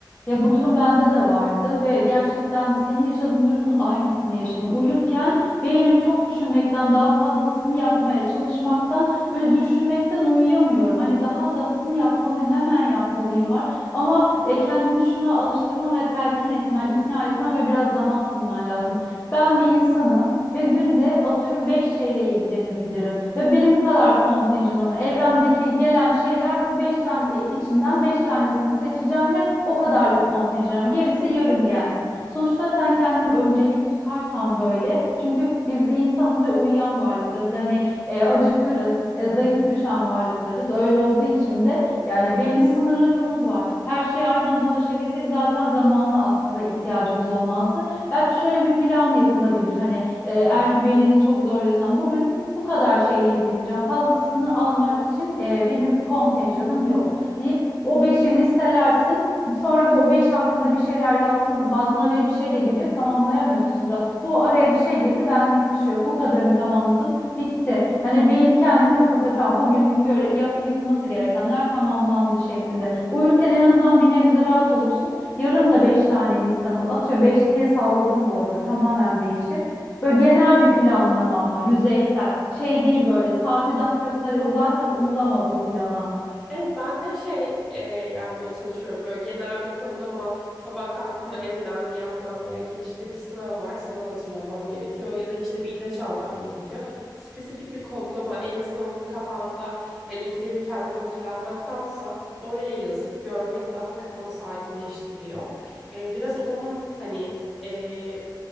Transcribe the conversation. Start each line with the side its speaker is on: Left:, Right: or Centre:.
Left: Ya bu durum bende de vardı ve gerçekten senin yaşadığın durumun aynısını yaşadım. Uyurken beynim çok düşünmekten daha fazlasını yapmaya çalışmaktan böyle düşünmekten uyuyamıyorum. Hani daha dahasını yapmalıyım, hemen yapmalıyım var. Ama e, kendini şuna alıştırman ve telkin etmen, ikna etmen ve biraz zaman tanıman lazım. Ben bir insanım ve günde atıyorum 5 şeyle ilgilenebilirim ve benim bu kadar kontenjanım var. Evrendeki gelen şeyler bu 5 tane e, içinden 5 tanesini seçeceğim ve o kadarlık kontenjan ama gerisi yarın gelsin. Sonuçta sen kendini öncelik tutarsan böyle çünkü biz bir insanız ve uyuyan varlıklarız. Hani e, acıkırız, e, zayıf düşen varlıklarız. Öyle olduğu için de yani belli sınırlarımız var. Her şeye aynı anda ulaşabilsek zaten zamana aslında ihtiyacımız olmazdı. Belki şöyle bir plan yapılabilir. Hani e, eğer ki beynini çok zorluyorsan bugün bu kadar şeyle ilgileneceğim. Fazlasını almak için e, benim kontenjanım yok deyip o beşi listelersin. Sonra bu o beş hakkında bir şeyler yaptın. Bazen araya bir şey de giriyor. Tamamlayamıyorsun da. Bu araya bir şey girdi. Benlik bir şey yok. Bu kadarını tamamladım. Bitti. Hani beyin kendini kapatır. Tamam bugünlük göre yap- yapılması gerekenler tamamlandı şeklinde. Uyurken en azından bir nebze rahat olursun. Yarın da beş tane listen olur. Atıyorum beş diye salladım bu arada. Tamamen değişir. Böyle genel bir planlama ama yüzeysel. Şey değil böyle saati dakikasına o zaten uyulamaz o plana.
Centre: Evet ben de şey e, yapmaya çalışıyorum. Böyle genel bir kodlama sabah kalktığımda en önemli yapmam gereken işte bir sınav var. Sınava hazırlanmam gerekiyor ya da işte bir ilaç almam gerekiyor. Spesifik bir kodlama en azından onu kafamda hani ikide bir kendime hatırlatmaktansa oraya yazıp görmek daha kafamı sakinleştiriyor. E, biraz onun hani e,